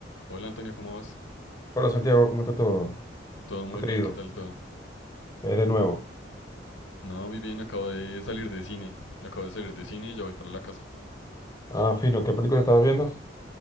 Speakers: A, on the left; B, on the left.
A: Hola Antonio, ¿cómo vas?
B: Hola Santiago, ¿cómo está todo?
A: Todo muy
B: ¿Cómo te
A: bien,
B: ha ido?
A: ¿qué tal todo?
B: Eh, de nuevo.
A: No, muy bien, acabo de salir de cine. Acabo de salir de cine y ya voy para la casa.
B: Ah, fino, ¿qué película estabas viendo?